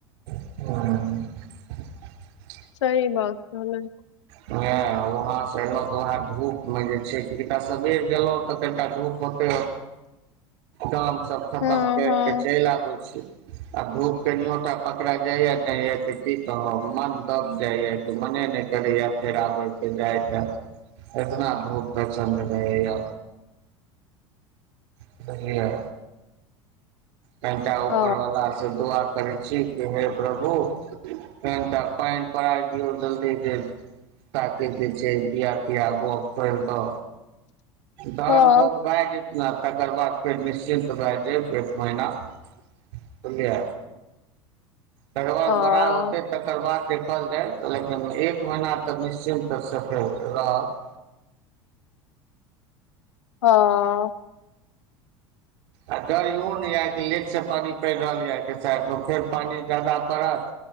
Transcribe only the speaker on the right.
ह <inaudible>
ह वहां से एलों वह धूप में जे छै क कटा सबेर गेलो त कनीटा धूप होते काम सब खतम
कर
के चलि आबे छी आ धूप कनियोटा पकड़ा जाइए नहि त की कहब मन तब इइ मने नहि करैय फेर आबै छै जाइ त एतना धूपमे चन्द रहय बुझलिए यै कनिटा ऊपरवालास
स दुआ करै छी कि हे प्रभु कनिटा पानि पर आइ दियऔ जल्दी ज साक जे छै बियार तियार पाबितौ धान
बाउग भए जेत ने तकर बाद फेर निश्चिन्त भए जायब एक महीना सुनलियै तकर बाद
बड़ा होतै तकर बाद देखल जाय लेकिन एक महीना तऽ निश्चिन्त स फेर रहत <inaudible>
आ डर इहो नहि यए कि लेकसँ पानि पैड़ रहल यएो फेर पानि ज्यादा पड़त